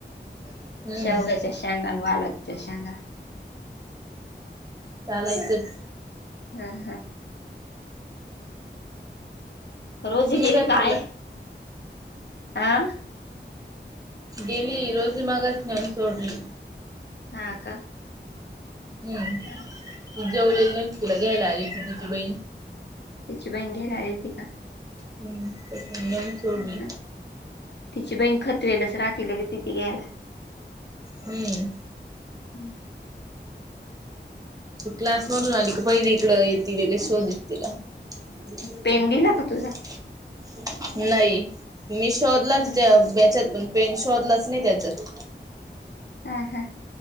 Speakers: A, on the right (about 20°); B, on the left (about 65°).
A: हम्म
B: शेवग्याच्या शेंगा आणि वालाच्या शेंगा.
A: चालायचच.
B: हा, हा. रोजी
A: तुम्ही
B: गेली
A: काय
B: का
A: खाल्ला
B: आहे? अ.
A: गेली रोजीमगास नेऊन सोडली.
B: हा का.
A: हम्म
B: हा.
A: ती जेवलेली नव्हती तिला घ्यायला आली होती तिची बहीण.
B: तीची बहीन घ्यायला आली होती का?
A: हम्म तेच म नेऊन सोडली.
B: हा, हा. तिची बहीण खतवेलच राहती, लगेच येती घ्यायला.
A: हम्म
B: हम्म.
A: ती क्लास मधून आली का पहिली इकडं येती लगेच शोधत तिला. <unintelligible>
B: पेन दिला का तुझा
A: नाही मी शोधला
B: हा,
A: तिच्या याच्यात पण पेन शोधलाच नई त्याच्यात.
B: हा हा.